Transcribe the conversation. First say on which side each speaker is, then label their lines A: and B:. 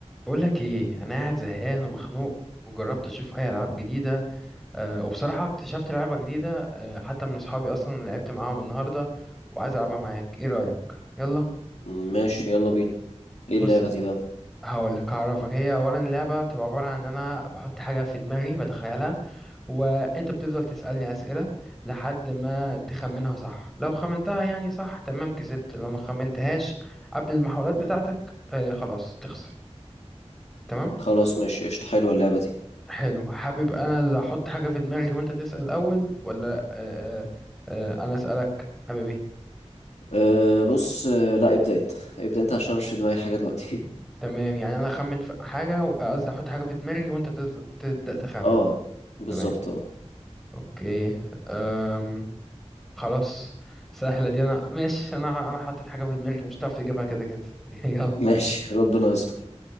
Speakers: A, in the centre; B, on the left.
A: بقول لك ايه انا قاعد زهقان ومخنوق وجربت اشوف اي العاب جديده أه وبصراحه اكتشفت لعبه جديده أه حتى من اصحابي اصلا اللي لعبت معاهم النهارده وعايز العبها معاك ايه رايك يلا
B: ماشي يلا بينا ايه
A: بص
B: اللعبة دي بقى
A: هقول لك هعرفك هي اولا اللعبه بتبقى عباره عن ان انا بحط حاجه في دماغي بتخيلها وانت بتفضل تسالني اسئله لحد ما تخمنها صح لو خمنتها يعني صح تمام كسبت لو ما خمنتهاش قبل المحاولات
B: مم.
A: بتاعتك أه خلاص تخسر تمام
B: خلاص ماشي قشطة حلوة اللعبة دي
A: حلو حابب انا اللي احط حاجة في دماغي وانت تسأل اول ولا آه آه آه، انا اسألك حابب ايه
B: أه بص أه لا ابدأ انت ابدأ انت عشان مش في دماغي حاجة دلوقتي
A: تمام يعني انا اخمن في حاجة قصدي احط حاجة في دماغي وانت تبدأ تبدأ تخمن
B: <laughs> اه بالظبط
A: تمام
B: اه
A: اوكي أم خلاص سهلة دي انا ماشي انا انا حطيت حاجة في دماغي مش هتعرف تجيبها كده كده <laughs> يلا
B: ماشي <laughs> ربنا يستر